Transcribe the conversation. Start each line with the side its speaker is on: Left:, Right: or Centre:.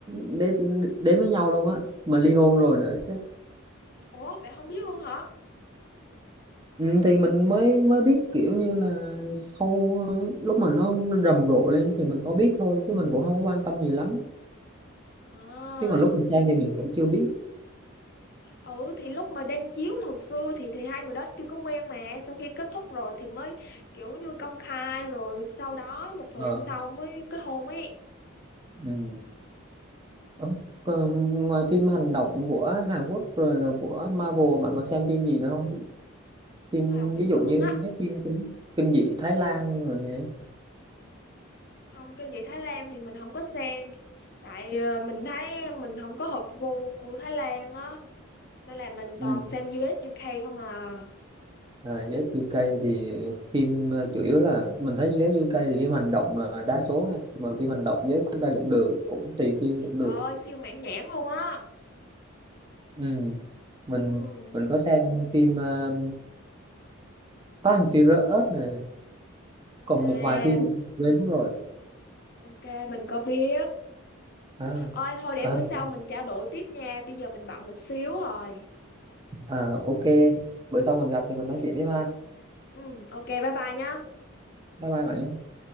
Right: đến đến với nhau luôn á mà ly hôn rồi nữa chứ
Left: ủa bạn không biết luôn hả
Right: ừ, thì mình mới mới biết kiểu như là sau ờ, lúc mà nó rầm rộ lên thì mình có biết thôi chứ mình cũng không có quan tâm gì lắm
Left: à
Right: chứ còn lúc mình xem thì mình vẫn chưa biết
Left: ừ thì lúc mà đang chiếu là hồi xưa thì thì hai người đó chưa có quen mà sau khi kết thúc rồi thì mới kiểu như công khai rồi sau đó một thời
Right: Ờ.
Left: gian sau mới kết hôn ấy
Right: ừ. Ờ, Còn ngoài phim hành động của Hàn Quốc rồi là của Marvel bạn có xem phim gì nữa không phim
Left: khoa học viễn
Right: ví dụ
Left: tưởng
Right: như
Left: á
Right: mấy phim kinh, kinh dị Thái Lan rồi nè
Left: không kinh dị Thái Lan thì mình không có xem tại ờ, mình thấy mình không có hợp gu của Thái Lan á nên là mình
Right: ừ.
Left: toàn xem US UK không à
Right: Rồi US UK thì phim ờ, chủ yếu là mình thấy US UK thì phim hành động là đa số ha. mà phim hành động US UK cũng được cũng tùy phim cũng
Left: trời
Right: được
Left: ơi siêu mãn nhãn luôn á
Right: ừ. mình
Left: ừ.
Right: mình có xem phim ờ, Fast and Furious nè còn
Left: à
Right: một vài phim nữa mình quên mất rồi
Left: ok mình có biết
Right: à,
Left: ôi thôi để
Right: à,
Left: bữa sau mình trao đổi tiếp nha bây giờ mình bận một xíu rồi
Right: à ok bữa sau mình gặp thì mình
Left: ok
Right: nói chuyện tiếp ha
Left: ừ ok bye bye nhá
Right: bye bye bạn nhé